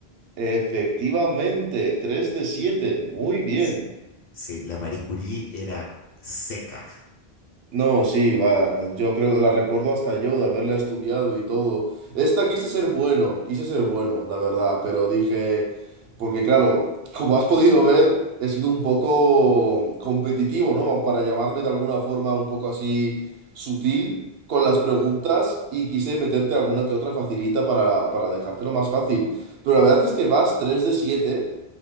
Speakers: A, on the right (about 75°); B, on the left (about 55°).
A: Efectivamente, 3 de 7. Muy bien.
B: Sí, Sí, la Marie Curie era seca,
A: No, sí, va. Yo creo, la recuerdo hasta yo de haberla estudiado y todo. Esta quise ser bueno, quise ser bueno, la verdad, pero dije, porque claro, <laughs> como has podido ver, he sido un poco competitivo, ¿no? Para llamarme de alguna forma un poco así sutil con las preguntas y quise meterte alguna que otra facilita para, para dejártelo más fácil. Pero la verdad es que vas 3 de 7